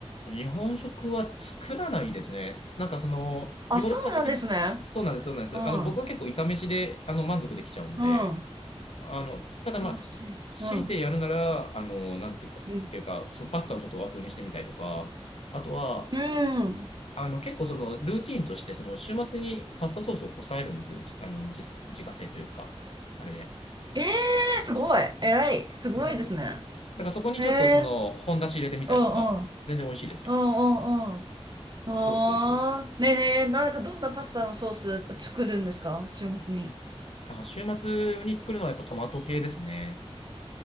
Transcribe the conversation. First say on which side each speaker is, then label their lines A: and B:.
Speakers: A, on the left; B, on the right.
A: 日本食は作らないですね。なんかその、
B: あ、
A: ヨーロッパ的に、
B: そうなんですね。
A: そうなんです、そうなんです。
B: うん。
A: あの、僕は結構炒飯で、あの、満足できちゃうので、
B: うん。
A: あの、
B: 素晴らしい。
A: ただまあ、強いてやるなら、
B: うん。
A: あの、なんていうか、っていうか、
B: うん。
A: そのパスタをちょっと和風にしてみたりとか、あとは、
B: うん。
A: あの、結構そのルーティーンとして、その週末にパスタソースをこさえるんですよ。じあの、自自家製というか、あれで。
B: ええー、すごい。偉い。すごいですね。
A: でだからそこにちょっとその本出し入れてみたりとか、
B: ええうんうん。
A: 全然美味しいですよ。
B: うんうんうん。ああ。
A: そうそうそう。
B: ねえねえ、なんかどんなパスタのソース作るんですか週末に。
A: あ、週末に作るのはやっぱトマト系ですね。